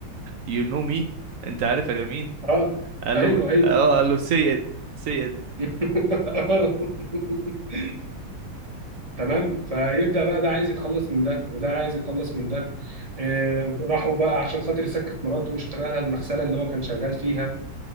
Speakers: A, on the right; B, on the right.
A: يو نو مي أنت عارف أنا مين
B: اه
A: قال
B: ايوه
A: له
B: ايوه
A: اه قال له سي إت سي
B: <laughs> تمام فيبدأ بقى ده عايز يتخلص من ده وده عايز يتخلص من ده آه، راحوا بقى عشان خاطر يسكت مراته واشترى لها المغسلة اللي هو كان شغال فيها